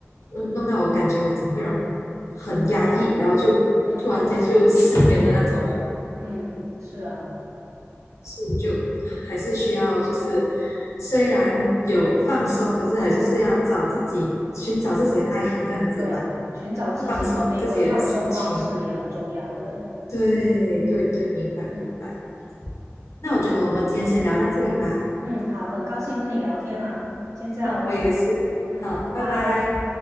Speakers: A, on the left; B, on the right.
A: 嗯，弄到我感觉我整个人很压抑，然后就突然间就失眠的那种了。
B: 嗯嗯，是啊，
A: 是就还是需要，就是虽然有放松，可是还就是要找自己寻找自己的爱好这样子吧，
B: 对，寻找自己的那个放松方式也很重要。
A: 放松自己的心情。
B: 对，
A: 对对对，明白明白。
B: 嗯
A: 那我觉得我们今天先聊到这里吧。
B: 嗯，好，很高兴跟你聊天啊，先这样了，
A: 哈，我也是。
B: 嗯，
A: 好，
B: 拜拜。
A: 拜拜。